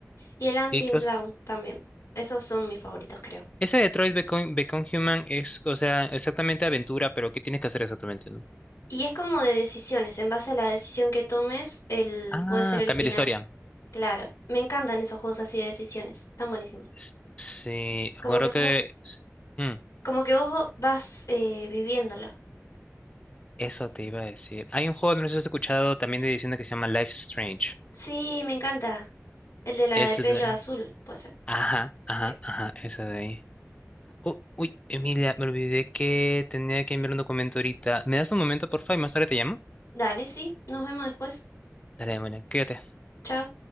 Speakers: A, on the left; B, on the left.
A: Y el Until
B: Y que,
A: Dawn
B: o
A: también. Esos son mis favoritos, creo.
B: ese Detroit Become, Become Human es, o sea, exactamente aventura, pero ¿qué tienes que hacer exactamente, no?
A: Y es como de decisiones. En base a la decisión que tomes, el,
B: Ah,
A: puede ser el
B: cambia
A: final.
B: la historia.
A: Claro. Me encantan esos juegos así de decisiones. Están buenísimos.
B: Es- Sí,
A: Como
B: bueno,
A: que
B: que...
A: vos,
B: s- mm,
A: como que vos vas eh, viviéndolo.
B: eso te iba a decir. Hay un juego, no sé si has escuchado, también de edición que se llama Life Strange.
A: Sí, me encanta. El de la
B: Es
A: de pelo
B: de-
A: azul, puede ser.
B: Ajá, ajá,
A: Sí.
B: ajá, esa de ahí. Oh, uy, Emilia, me olvidé que tenía que enviar un documento ahorita. ¿Me das un momento, por favor, y más tarde te llamo?
A: Dale, sí. Nos vemos después.
B: Dale, bueno, cuídate.
A: Chao.